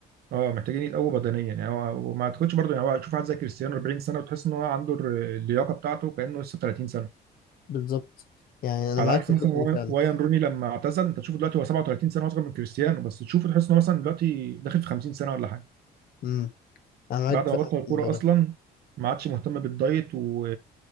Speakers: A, on the right; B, on the left.
A: اه محتاجين يتقووا بدنيا يعني هو- وما تاخدش برضه يعني هو تشوف واحد زي كريستيانو 40 سنه وتحس ان هو عنده الر- اللياقه بتاعته كانه لسه 30
B: بالظبط يعني انا
A: على
B: معاك
A: عكس
B: في
A: مثلا
B: الحتة
A: واي-
B: دي فعلا
A: وايان روني لما اعتزل انت تشوفه دلوقتي هو 37 سنه اصغر من كريستيانو بس تشوفه تحس انه مثلا دلوقتي داخل في 50 سنه ولا حاجه
B: امم انا معاك
A: بعد ما
B: فعلا
A: بطل الكوره
B: في الموضوع
A: اصلا
B: ده
A: ما عادش مهتم بالدايت و